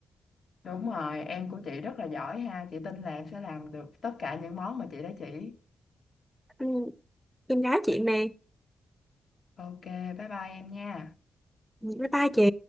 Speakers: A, on the left (about 60°); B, in the centre.
A: Đúng rồi, em của chị rất là giỏi ha, chị tin là em sẽ làm được tất cả những món mà chị đã chỉ.
B: Ừm, em gái chị mà
A: Ok, bye bye em nha.
B: bye bye chị